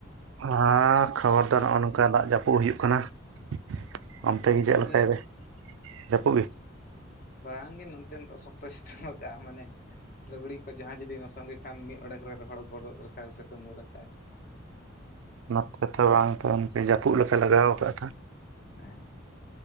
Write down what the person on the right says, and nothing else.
ᱦᱮᱸ ᱠᱷᱚᱵᱚᱨ ᱫᱚ ᱱᱚᱜᱼᱚ ᱱᱚᱝᱠᱟ ᱫᱟᱜ ᱡᱟᱹᱯᱩᱫ ᱦᱩᱭᱩᱜ ᱠᱟᱱᱟ ᱾ ᱚᱱᱛᱮᱜᱮ
ᱪᱮᱫ ᱞᱮᱠᱟ
ᱮᱫᱟᱭ ᱡᱟᱹᱯᱩᱜ ᱜᱮ
ᱱᱚᱛᱮ ᱛᱚ ᱵᱟᱝ ᱛᱚ ᱤᱱᱠᱟᱹ ᱡᱟᱹᱯᱩᱫ ᱞᱮᱠᱟ ᱞᱟᱜᱟᱣ ᱟᱠᱟᱜᱼᱟ ᱛᱚ